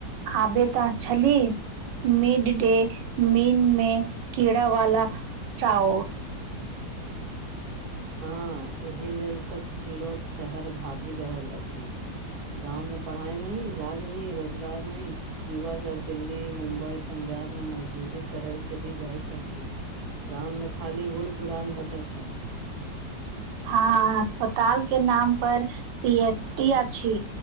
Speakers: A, on the right; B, on the right.
A: आबे तऽ छली। मिड डे मील में कीड़ा वाला चाउर।
B: हँ, एहि लेल तऽ लोक शहर भागि रहल अछि। गाँव में पढ़ाई नहि, इलाज नहि, रोजगार नहि? युवा सभ दिल्ली, मुम्बई, पंजाब मे मजदूरी करय ल चली जाइत अछि। गाम में खाली बूढ़ पुरान बचल छैथ।
A: हँ अस्पताल के नाम पर पी एस आछी